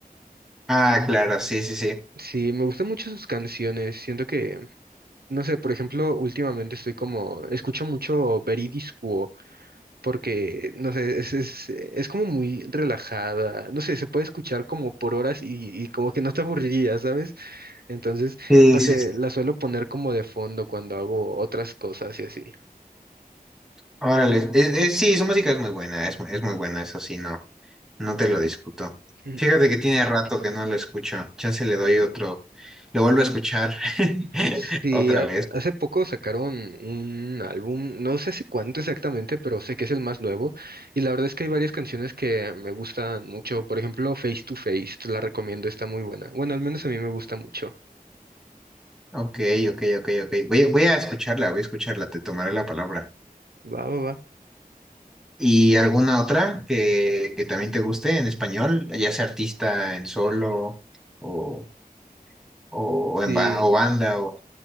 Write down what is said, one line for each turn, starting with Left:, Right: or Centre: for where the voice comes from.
Centre: Ah, claro, sí, sí, sí.
Right: Sí, me gustan mucho sus canciones, siento que, no sé, por ejemplo, últimamente estoy como, escucho mucho Veridis Quo, porque, no sé, es, es, es como muy relajada, no sé, se puede escuchar como por horas y, y como que no te aburriría, ¿sabes? Entonces,
Centre: Sí,
Right: no Mm.
Centre: sí,
Right: sé,
Centre: sí.
Right: la suelo poner como de fondo cuando hago otras cosas y así.
Centre: Órale, es- es- sí, su música es muy buena, es, mu- es muy buena, eso sí, no, no te lo discuto.
Right: Ujú.
Centre: Fíjate que tiene rato que no lo escucho, chance le doy otro, lo vuelvo a escuchar <laughs>
Right: Sí,
Centre: otra
Right: ha-
Centre: vez.
Right: hace poco sacaron un álbum, no sé hace cuánto exactamente, pero sé que es el más nuevo. Y la verdad es que hay varias canciones que me gustan mucho. Por ejemplo, Face to Face, te la recomiendo, está muy buena. Bueno, al menos a mí me gusta mucho.
Centre: Ok, ok, ok, ok. Voy, a- voy a escucharla, voy a escucharla, te tomaré la palabra.
Right: Va, va, va.
Centre: ¿Y alguna otra que, que también te guste en español, ya sea artista en solo o... O, o en
Right: Sí,
Centre: ba- o banda, o...